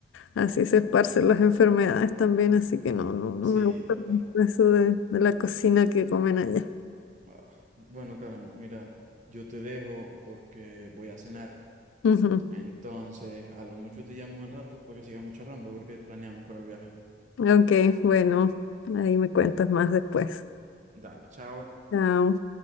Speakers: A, on the left; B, on the right.
A: así se esparcen las enfermedades también, así que no, no, no
B: Sí,
A: me gusta
B: total.
A: mucho eso de, de la cocina que comen allá.
B: Ah, Bueno, Karen, mira, yo te dejo porque voy a cenar.
A: <laughs> Ujú.
B: Entonces, a lo mucho te llamo en el rato para que sigamos charlando, a ver qué planeamos para el viaje.
A: Ok, bueno, ahí me cuentas más después.
B: Dale, chao.
A: Chao.